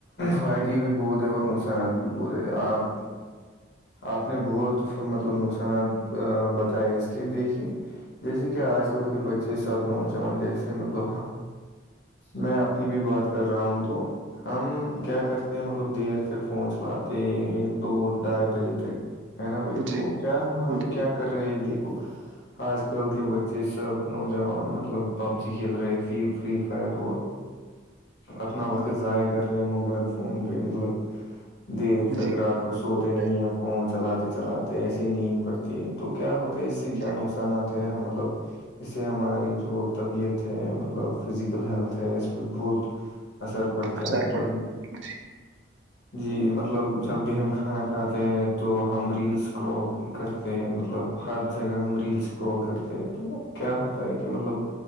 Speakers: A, on the left; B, on the right.
A: فائدے بھی بہت ہے اور نقصانات بھی بہت ہے آپ آپ نے بہت مطلب نقصانات بتائے اس کے دیکھیے جیسے کہ آج کل کے بچے سب نوجوان جیسے مطلب میں اپنی بھی بات کر رہا ہوں تو ہم کیا کرتے ہیں مطلب دیر سے فون چلاتے دو ڈھائی بجے تک ہے نا بھائی
B: جی
A: تو کیا ہم
B: جی
A: کیا کر رہے ہیں دیکھو آج کل کے بچے سب نوجوان مطلب پب جی کھیل رہے فی فری فائر اور اپنا وقت ضائع کر رہے ہیں موبائل فون پہ مطلب دیر تک
B: جی
A: رات کو
B: بالکل
A: سوتے نہیں
B: بھائی
A: ہیں فون چلاتے چلاتے ایسے ہی نیند پڑتی ہے تو کیا ہوتا ہے اس سے کیا
B: جی
A: نقصاناتتا ہے مطلب اس سے ہماری جو طبیعت مطلب فزیکل ہیلتھ ہے اس پہ بہت اثر پڑتا
B: اثر
A: ہے مطلب
B: <unintelligible>
A: جی مطلب جب بھی ہم کھانا کھاتے ہیں تو ہم ریلس کرول کرتے ہیں مطلب ہر جگہ ہم ریلس کررال کرتے ہیں تو کیا ہوتا ہے کہ مطلب